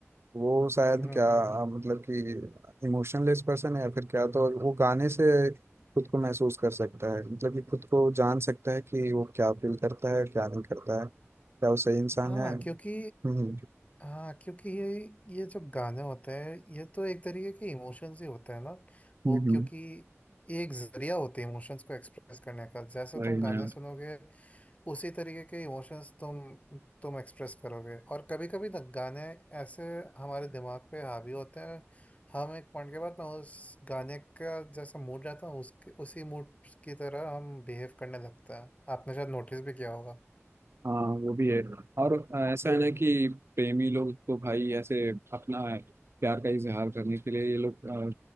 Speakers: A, on the right; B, on the left.
A: वो शायद
B: हम्म
A: क्या
B: हम्म हम्म।
A: अ, मतलब कि इमोशनलेस पर्सन है या फिर क्या तो वो गाने से खुद को महसूस कर सकता है मतलब कि खुद को जान सकता है कि वो क्या फील करता है क्या नहीं करता है क्या वो सही इंसान
B: हाँ
A: है
B: क्योंकि
A: हम्म
B: हाँ क्योंकि ये ये जो गाने होते हैं ये तो एक तरीके के इमोशंस ही होते हैं ना
A: हम्म
B: वो क्योंकि ये एक जरिया होते हैं इमोशंस को एक्सप्रेस करने का जैसे
A: वही
B: तुम गाने
A: ना
B: सुनोगे उसी तरीके के इमोशंस तुम तुम एक्सप्रेस करोगे और कभी कभी ना गाने ऐसे हमारे दिमाग पे हावी होते हैं हम एक पॉइंट के बाद ना उस गाने का जैसा मूड रहता है उसके उसी मूड की तरह हम बिहेव करने लगता है आपने शायद नोटिस भी किया होगा
A: हाँ वो भी है और अ, ऐसा है ना कि प्रेमी लोग तो भाई ऐसे अपना प्यार का इजहार करने के लिए ये लोग अ,